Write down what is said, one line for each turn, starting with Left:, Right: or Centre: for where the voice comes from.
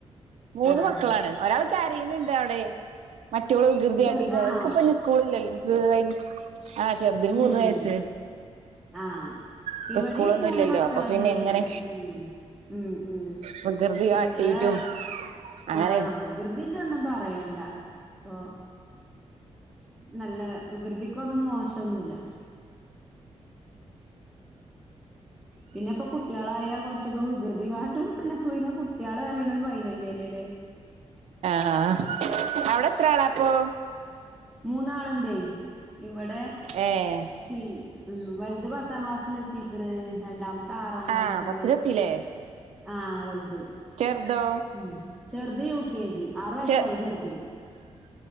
Right: മൂന്ന്
Centre: ആഹ്
Right: മക്കളാണ് ഒരാള്- കരീണ് ണ്ടവ്ടെ മറ്റോള് വികൃതിയാട്ടീട്ട്
Centre: ചെറുതാണോ
Right: അവർക്കിപ്പഞി സ്കൂളില്ലല്ലൊ- ആഹ് ചെറ്തിന്
Centre: ഉം
Right: മൂന്ന് വയസ്സ്
Centre: ആഹ്
Right: ഇപ്പൊ
Centre: ഇവിടെയും
Right: സ്കൂളൊ ന്നുല്ലല്ലൊ
Centre: മൂന്ന് മക്കളന്നെയാണ്
Right: അപ്പൊ പിന്നെ ഇങ്ങനെ
Centre: ഉം ഉം ഉം
Right: വികൃതി കാട്ടീറ്റും-
Centre: ഇവിടെ
Right: അങ്ങനെ-
Centre: ആഹ് വികൃതിന്റെ ഒന്നും പറയണ്ട ഇപ്പൊ നല്ല വികൃതിക്കൊന്നും മോശൊന്നുല്ല- പിന്നെ ഇപ്പൊ കുട്ടീളായാ കൊറച്ചൊക്കെ വികൃതി കാട്ടും <unintelligible> കുട്ടിയാള് പറീണത് പൈനന്റെലെലെ-
Right: ആഹ്- ത്രാളാ പ്പോ-
Centre: മൂന്നാള്ണ്ടെ ഇവടെ-
Right: ഏഹ്
Centre: പിന്ന ഉം വല്ത് പത്താം ക്ലാസ്സ്ലെത്തീക്ക്ണ് രണ്ടാമത്തെ- ആറാം ക്ലാസ്സില്
Right: ആഹ് പത്തിലെത്തില്ലേ
Centre: ആഹ് വല്ത്-
Right: ചെറുതോ
Centre: ഉം ചെറുത് യൂ കെ ജി ആറു വയസ്സായി
Right: ചെ
Centre: ചെറ്തിന്-